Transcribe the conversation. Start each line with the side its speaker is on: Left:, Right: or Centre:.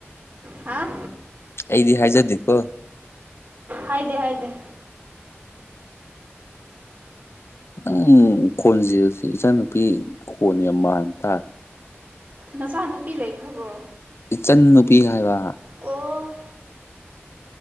Right: ꯍꯥ
Left: ꯑꯩꯗꯤ ꯍꯥꯏꯖꯗꯦꯀꯣ
Right: ꯍꯥꯏꯗꯦ ꯍꯥꯏꯗꯦ
Left: ꯅꯪ ꯈꯣꯟꯁꯤꯁ ꯏꯆꯥ ꯅꯨꯨꯄꯤ ꯈꯣꯟ ꯌꯥꯝ ꯃꯥꯟꯕ ꯇꯥꯔꯦ
Right: ꯅꯆꯥꯅꯨꯄꯤ ꯂꯩꯈ꯭ꯔꯕꯣ
Left: ꯏꯆꯟ ꯅꯨꯄꯤ ꯍꯥꯏꯕ
Right: ꯑꯣ